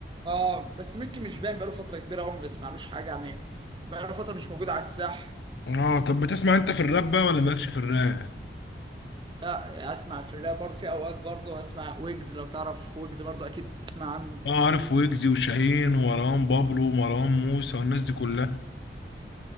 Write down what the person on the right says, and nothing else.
اه بس ممكن مش باين بقاله فتره كبيره قوي ما بسمعلوش حاجه يعني بقاله فتره مش موجود على الساحه
لا اسمع في الراب برضه في اوقات برضه اسمع ويجز لو تعرف ويجز برضه اكيد تسمع عنه